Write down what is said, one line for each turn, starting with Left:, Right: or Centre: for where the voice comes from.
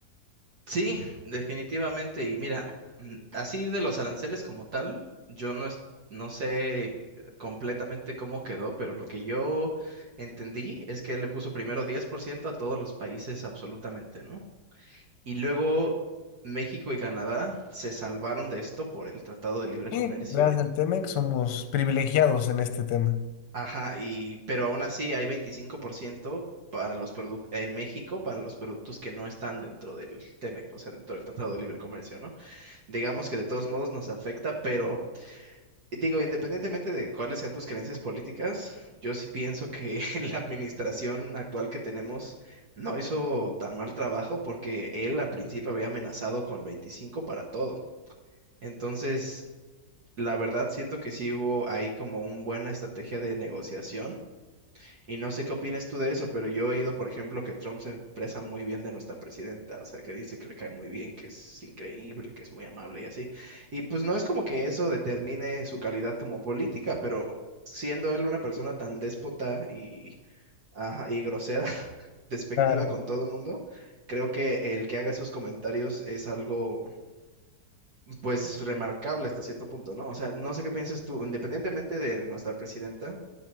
Right: Sí, definitivamente. Y mira, mm, así de los aranceles como tal, yo no, es- no sé completamente cómo quedó, pero lo que yo entendí es que él le puso primero 10% a todos los países absolutamente, ¿no? Y luego México y Canadá se salvaron de esto por el Tratado de Libre
Left: Sí,
Right: Comercio.
Left: gracias al Temex somos privilegiados en este tema.
Right: Ajá, y pero aún así hay 25% para los productos en México para los productos que no están dentro del TEMEC, o sea, dentro del Tratado de Libre Comercio, ¿no? digamos que de todos modos nos afecta, pero digo, independientemente de cuáles sean tus creencias políticas, yo sí pienso que <laughs> la administración actual que tenemos no hizo tan mal trabajo porque él al principio había amenazado con 25 para todo. Entonces, la verdad siento que sí hubo ahí como una buena estrategia de negociación y no sé qué opinas tú de eso, pero yo he oído, por ejemplo, que Trump se expresa muy bien de nuestra presidenta, o sea, que dice que le cae muy bien, que es increíble, que es muy amable y así. Y pues no es como que eso determine su calidad como política, pero siendo él una persona tan déspota y, ajá, y grosera, <laughs> despectiva
Left: Claro.
Right: con todo el mundo, creo que el que haga esos comentarios es algo, pues, remarcable hasta cierto punto, ¿no? O sea, no sé qué piensas tú, independientemente de nuestra presidenta.